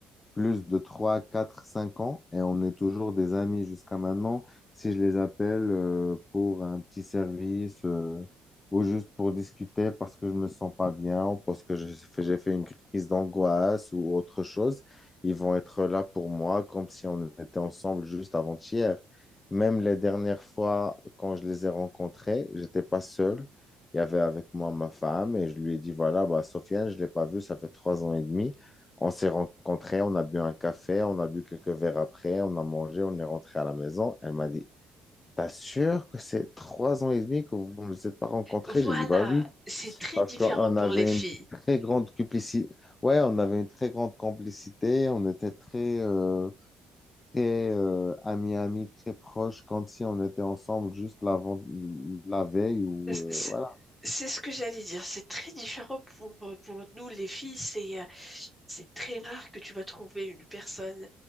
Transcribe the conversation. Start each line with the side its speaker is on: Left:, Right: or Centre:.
Left: plus de 3 4 5 ans et on est toujours des amis jusqu'à maintenant. Si je les appelle euh, pour un petit service euh, ou juste pour discuter parce que je me sens pas bien ou parce que j'ai fait, j'ai fait une crise d'angoisse ou autre chose, ils vont être là pour moi comme si on était ensemble juste avant-hier. Même les dernières fois quand je les ai rencontrés, j'étais pas seul. Il y avait avec moi ma femme et je lui ai dit, voilà, bah, Sofiane, je l'ai pas vue, ça fait trois ans et demi. On s'est rencontrés, on a bu un café, on a bu quelques verres après, on a mangé, on est rentré à la maison. Elle m'a dit, T'as sûr que c'est trois ans et demi que vous ne vous êtes pas rencontrés?
Centre: Voilà,
Left: J'ai dit, bah oui,
Centre: c'est très
Left: parce
Centre: différent
Left: qu'on
Centre: pour
Left: avait
Centre: les filles.
Left: une très grande complicité. Ouais, on avait une très grande complicité, on était très, euh, très euh, amis, amis, très proches, comme si on était ensemble juste l'avant, la veille ou euh,
Centre: C'est
Left: voilà.
Centre: c'est ce que j'allais dire. C'est très différent pour, euh, pour nous, les filles. C'est euh, c'est très rare que tu vas trouver une personne,